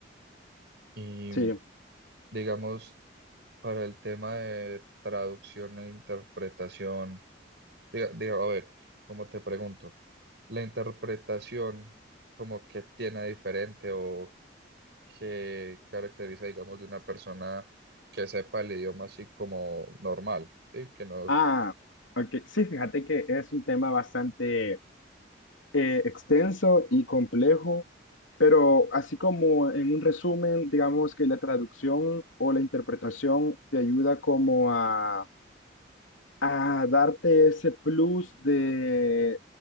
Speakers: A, on the right; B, on the left.
A: Y
B: Sí.
A: digamos, para el tema de traducción e interpretación, diga, diga, a ver, ¿cómo te pregunto? ¿La interpretación como que tiene diferente o que caracteriza, digamos, de una persona que sepa el idioma así como normal, ¿sí? Que no,
B: Ah, ok. Sí, fíjate que es un tema bastante eh, extenso y complejo, pero así como en un resumen, digamos que la traducción o la interpretación te ayuda como a a darte ese plus de,